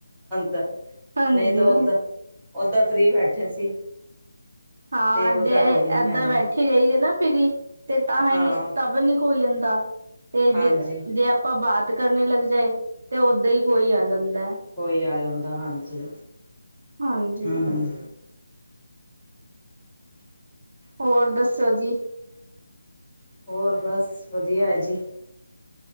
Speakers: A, in the centre; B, on the right (about 40°).
A: ਦਾ
B: ਹਾਂਜੀ
A: ਨਹੀਂ ਤਾਂ ਓਦਾਂ-ਓਦਾਂ ਫਰੀ ਬੈਠੇ ਸੀ।
B: ਹਾਂ
A: ਤੇ ਓਦਾਂ
B: ਜੇ
A: ਕੋਈ ਨੀ
B: ਏਦਾਂ
A: ਆਇਆ
B: ਬੈਠੀ, ਫਰੇਈ ਨਾ ਫਿਰੀ ਤੇ ਤਾਂ ਹੀ
A: ਹਾਂ
B: ਤਬ ਨੀ ਕੋਈ ਜਾਂਦਾ ਤੇ ਜੇ
A: ਹਾਂਜੀ
B: ਜੇ, ਆਪਾਂ ਬਾਤ ਕਰਨੇ ਲੱਗ ਜਾਏ, ਤੇ ਓਦਾਂ ਹੀ ਕੋਈ ਆ ਜਾਂਦਾ।
A: ਕੋਈ ਆ ਜਾਂਦਾ ਹਾਂਜੀ,
B: ਹਾਂਜੀ,
A: ਹਮ
B: ਹੋਰ ਦੱਸੋ ਜੀ?
A: ਹੋਰ ਬਸ ਵਧੀਆ ਹੈ ਜੀ,